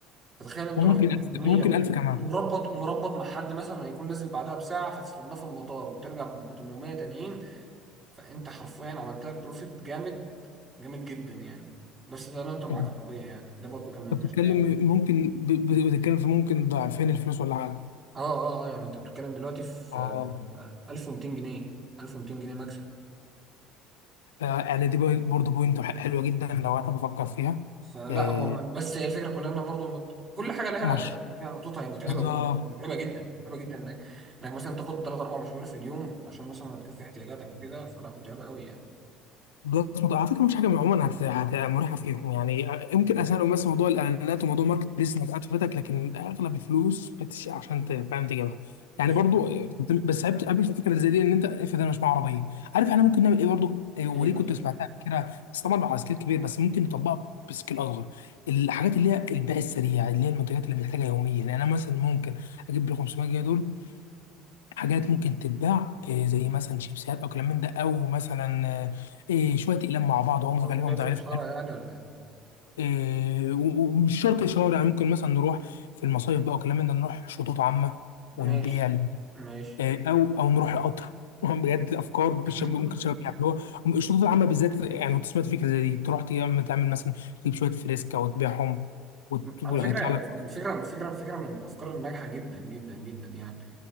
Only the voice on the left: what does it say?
وممكن
ألف
ممكن 1000 كمان
انت أنت
بتتكلم
ممكن ب- ب- بتتكلم في ممكن ضعفين الفلوس ولا حاجه
اه
آه، يعني دي بوي- برضه بوينت حلوه جدا لو انا بفكر فيها
آه،
مشروع
بالظبط
بلس موضوع على فكره مفيش حاجه عموما هت- هت- مريحه فيهم يعني يمكن اسهل بس موضوع الاعلانات وموضوع ماركت بليس انك قاعد في بيتك لكن اغلب الفلوس بتشيء عشان ت- فاهم تجيبها
يعني برضو بس قابل قابل الفكره زي دي ان انت افرض انا مش معايا عربيه عارف احنا ممكن نعمل ايه برضو إيه، ودي
كنت سمعتها قبل كده بس طبعا على سكيل كبير بس ممكن نطبقها بسكيل اصغر الحاجات اللي هي البيع السريع اللي هي المنتجات اللي بنحتاجها يوميا يعني انا مثلا ممكن اجيب ال 500 جنيه دول حاجات ممكن تتباع إيه، زي مثلا شيبسيات او كلام من ده او مثلا آه، إيه، شويه اقلام مع بعض هم
غالبا
مزيفين
حالهم
إيه، و- ومش شرط اشاره يعني ممكن مثلا نروح في المصايف بقى وكلام من ده نروح شطوط عامه ونبيع
ال-
إيه، او او نروح القطر <laughs> بجد افكار بش-
ممكن الشباب يعملوها الشطوط العامه بالذات يعني كنت سمعت فكره زي دي تروح تعمل تعمل مثلا تجيب شويه فريسكا وتبيعهم وت- وهيطلع
لك